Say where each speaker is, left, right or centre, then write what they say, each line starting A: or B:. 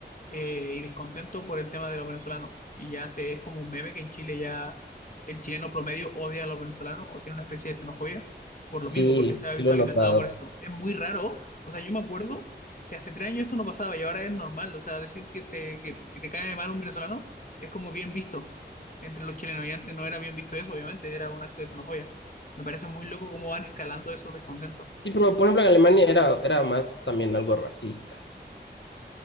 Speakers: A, on the left; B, on the left.
A: eh, y descontento por el tema de los venezolanos. Y ya se, es como un meme que en Chile ya el chileno promedio odia a los venezolanos o tiene una especie de xenofobia por
B: Sí,
A: lo mismo, porque se
B: sí
A: ha visto
B: lo he
A: alimentado
B: notado.
A: por esto. Es muy raro. O sea, yo me acuerdo que hace tres años esto no pasaba y ahora es normal. O sea, decir que te, que, que te cae mal un venezolano es como bien visto entre los chilenos y antes no era bien visto eso, obviamente, era un acto de xenofobia. Me parece muy loco cómo van escalando esos descontentos.
B: Sí, pero por ejemplo en Alemania era, era más también algo racista,